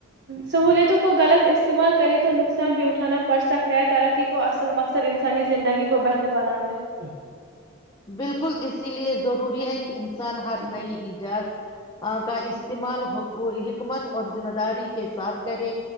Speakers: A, on the right; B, on the left.
A: سہوولتوں کو غلط استعمال کرے تو نقصان بھی اٹھانا پڑ سکتا ہے ترقی کو اصل مقصد انسانی زندگی کو بہتر بنانا ہے
B: بالکل اسی لیے ضروری ہے کہ ان
A: ہے
B: ہر نئی ایجاد کا استعمال حقوق حکت اور ذمہ داری کے ساتھ کرے